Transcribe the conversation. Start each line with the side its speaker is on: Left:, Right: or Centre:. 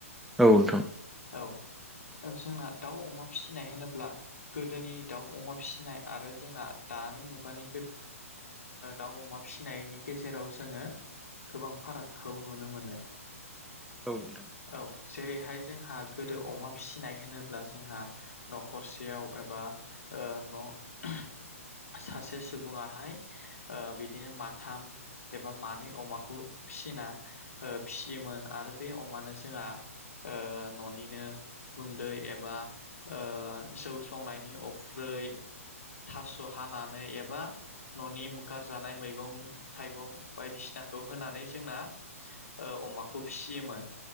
Centre: औ नोंथां।
Left: औ जोंना दाउ अमा फिनाय होनोब्ला गोदोनि दाउ अमा फिसिनाय आरो जोंना दा दानि मुगानि ओ दाउ अमा फिनायनि गेजेराव जोङो गोबां फारागखौ नुनो मोनो।
Centre: औ नोंथां।
Left: औ जेरैहाय जोंहा गोदो अमा फिनाय होनोब्ला जोंहा न'खरसेयाव एबा ओ न' सासे सुबुङाहाय ओ बिदिनो माथाम एबा मानै अमाखौ फिना ओ फियोमोन आरो बे अमानो जोंहा ओ न'निनो गुन्दै एबा ओ सौ संनायनि अफ्रै थास' हानानै एबा न'नि गारजानाय मैगं थाइगं बायदिसिनाखौ होनानै जोंना ओ अमाखौ फियोमोन।